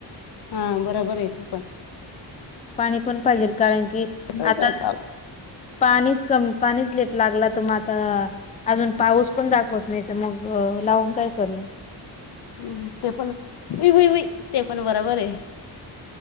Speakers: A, on the left; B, on the left.
A: हां बरोबर आहे तेे पण.
B: पाणी पण पाहिजेल कारण की
A: तसच
B: आता
A: आहे पाऊस
B: पाणीच कमी पाणीच लेट लागला तर मग आता अजून पाऊस पण दाखवत नाही तर मग लावून काय करू <inaudible>
A: हम्म ते पण वुइ वुई ते पण बरोबर आहे.